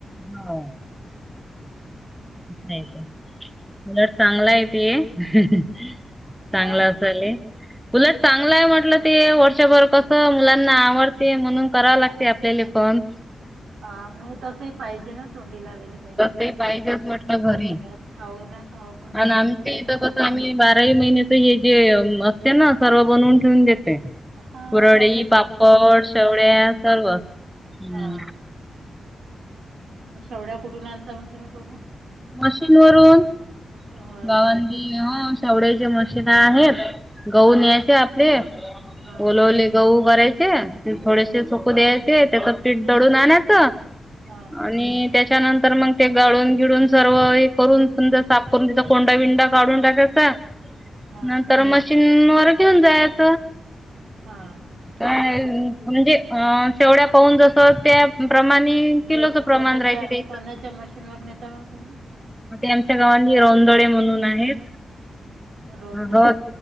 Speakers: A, in the centre; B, on the right.
A: हा. आहे उलट चांगला आहे ते. चांगलं
B: आ
A: असाल. उलट चांगला आहे म्हटलं ते वर्षभर कस मुलांना आवडते म्हणून करावं लागते आपल्याला. पण
B: हा मग तसही पाहिजे ना तोंडी लावायला काही ना काही
A: ते पाहिजे. घरी
B: घरात खाऊ ना खाऊ पण
A: आमच्या
B: पडेल पाहिजे
A: इथ कस आम्ही बाराही महिन्या हे जे असते ना सर्व बनवून ठेवून देते.
B: हा
A: वरळी
B: सगळे
A: पापड
B: करतोच ना
A: शेवळ्या
B: हा
A: सर्व हम्.
B: हा शेवड्या कुठून आणता मग तुम्ही करून
A: मशीन वरून.
B: अ
A: बावांग
B: क- कुठ
A: हो शेवड्याची मशीिन आहेत गह न या्यायचे आपले
B: हा
A: ओल ओले गहू करायचे थोडेसे
B: हा
A: सुोकू द्यायचे ते त्याच पीठ दळून आणच आणि
B: हा
A: नंतर मग ते गाळून गिळून सर्व हे करून सुंदर साफ करून तिचा कोंडा बिंडा काढून टाकायचा.
B: हा
A: नंतर मशीन वर घेऊन जायच.
B: हा
A: का म्हणजे अ शेवड्या पाहून जस त्या. प्रमाणे केलं तर प्रमाण
B: कोणाच्या
A: राहिच.
B: कोणाच्या
A: ते
B: मशीनवर नेता मग तुम्ही?
A: आमच्या गावांनी रोंदळे म्हणून आहेत.
B: रोंदळे
A: हो